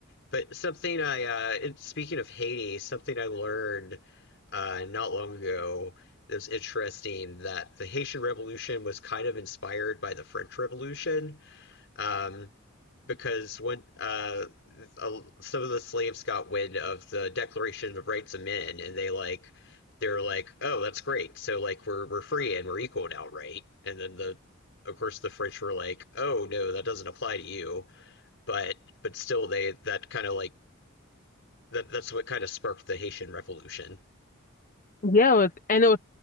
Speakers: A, on the left; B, on the left.
A: but something I, uh, and speaking of Haiti, something I learned uh, not long ago that was interesting that the Haitian Revolution was kind of inspired by the French Revolution. Um, because when uh, uh, some of the slaves got wind of the Declaration of Rights of Men, and they like they're like, oh, that's great. So like we're we're free and we're equal now, right? And then the of course the French were like, oh no, that doesn't apply to you. But but still, they that kind of like that that's what kind of sparked the Haitian Revolution.
B: Yeah, it was- and it was